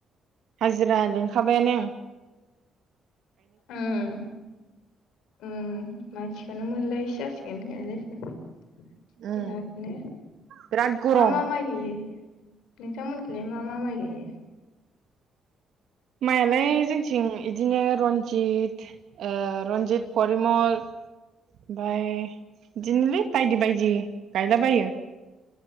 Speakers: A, on the right; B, on the left.
A: हाजिरा खाबायानो।
B: उम उम मानसिखौनो मोनलायै सो जासिगोन गायनाय फुनायाव। बिराद
A: उम
B: नो
A: बिराद गरम
B: मा मा माइ गायो? नोंथां मोनथिंलाय मा मा माइ गायो?
A: माइआलाय जोंथिं इदिनो रन्जित ओ रन्जित परिमल ओमफाय बिदिनोलै बायदि बायदि गायलाबायो।